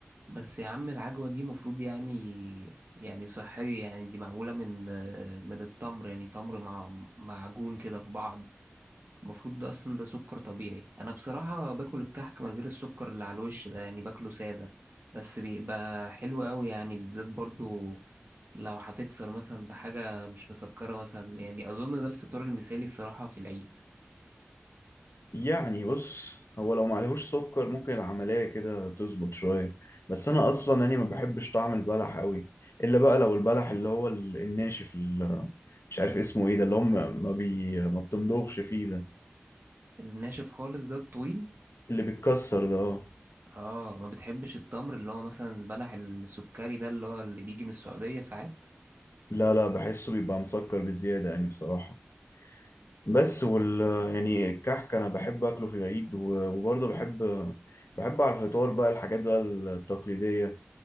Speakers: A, on the right; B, on the left.
A: بس يا عم العجوة دي مفروض يعني يعني صحية يعني دي معمولة من من التمر يعني تمر مع معجون كده في بعض المفروض ده اصلا ده سكر طبيعي انا بصراحة باكل الكحك من غير السكر اللي على الوش ده يعني باكله سادة بس بيبقى حلو قوي يعني بالذات برضو لو هتكسر مثلا بحاجة مش مسكرة مثلا يعني اظن ده الفطار المثالي الصراحة في العيد
B: يعني بص هو لو معلهوش سكر ممكن العملية كده تظبط شوية بس انا اصلا يعني ما بحبش طعم البلح قوي الا بقى لو البلح اللي هو ال- الناشف اللي مش عارف اسمه ايه ده اللي هو ما ما بي ما بتمضغش فيه ده
A: الناشف خالص ده الطويل
B: اللي بيتكسر ده اه
A: اه ما بتحبش التمر اللي هو مثلا البلح السكري ده اللي هو اللي بيجي من السعودية ساعات
B: لا لا بحسه بيبقى مسكر بزيادة يعني بصراحة بس وال يعني الكحك انا بحب اكله في العيد و- وبرضه بحب بحب على الفطار بقى الحاجات بقى التقليديه